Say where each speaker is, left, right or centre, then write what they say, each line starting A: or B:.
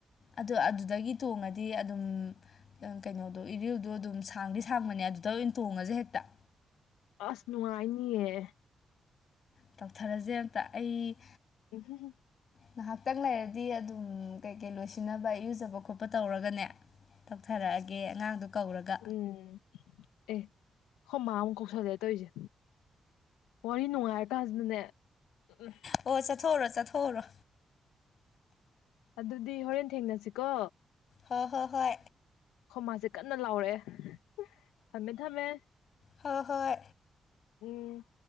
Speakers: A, on the left; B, on the left.
A: ꯑꯗꯨ ꯑꯗꯨꯗꯒꯤ ꯇꯣꯡꯉꯗꯤ ꯑꯗꯨꯝ ꯀꯩꯅꯣꯗꯣ ꯏꯔꯤꯜꯗꯣ ꯑꯗꯨꯝ ꯁꯥꯡꯗꯤ ꯁꯥꯡꯕꯅꯦ ꯑꯗꯨꯗ ꯑꯣꯏꯅ ꯇꯣꯡꯉꯁꯦ ꯍꯦꯛꯇ
B: ꯑꯁ ꯅꯨꯡꯉꯥꯏꯅꯤꯌꯦ
A: ꯇꯧꯊꯔꯁꯦ ꯑꯝꯇ ꯑꯩ
B: ꯎꯝ ꯍꯨꯍꯨ
A: ꯉꯍꯥꯛꯇꯪ ꯂꯩꯔꯗꯤ ꯑꯗꯨꯝ ꯀꯩꯀꯩ ꯂꯣꯏꯁꯤꯟꯅꯕ ꯏꯨꯖꯕ ꯈꯣꯠꯄ ꯇꯧꯔꯒꯅꯦ ꯇꯧꯊꯔꯛꯑꯒꯦ ꯑꯉꯥꯡꯗꯨ ꯀꯧꯔꯒ
B: ꯎꯝ ꯑꯦ ꯍꯣꯃꯥ ꯑꯃꯨꯛ ꯀꯧꯁꯜꯂꯦ ꯇꯧꯔꯤꯁꯦ ꯋꯥꯔꯤ ꯅꯨꯡꯉꯥꯏꯔꯀꯥꯟꯁꯤꯅꯅꯦ ꯎꯝꯝ
A: ꯑꯣ ꯆꯠꯊꯣꯔꯣ ꯆꯠꯊꯣꯛꯔꯣ
B: ꯑꯗꯨꯗꯤ ꯍꯣꯔꯦꯟ ꯊꯦꯡꯅꯁꯤꯀꯣ
A: ꯍꯣꯏ ꯍꯣꯏ ꯍꯣꯏ
B: ꯈꯣꯝꯃꯥꯁꯦ ꯀꯟꯅ ꯂꯥꯎꯔꯛꯑꯦ ꯊꯝꯃꯦ ꯊꯝꯃꯦ
A: ꯍ ꯍꯣꯏ
B: ꯎꯝ